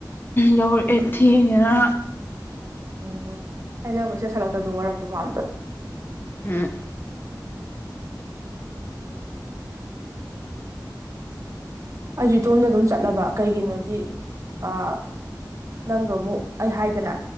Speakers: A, on the left; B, on the right.
A: ꯌꯧꯔꯛꯑꯦ ꯊꯦꯡꯅꯤꯅ
B: ꯎꯝ ꯑꯩ ꯅꯪ ꯃꯦꯁꯦꯁ ꯍꯜꯂꯛꯇꯗꯣ ꯋꯥꯔꯝꯗꯧ ꯃꯥꯟꯕ
A: ꯎꯝ
B: ꯑꯩꯁꯨ ꯏꯇꯣꯝꯗ ꯑꯗꯨꯝ ꯆꯠꯂꯕ ꯀꯩꯒꯤꯅꯣꯏꯗꯤ ꯑꯥ ꯅꯪꯗꯣ ꯑꯃꯨꯛ ꯑꯩ ꯍꯥꯏꯗꯅ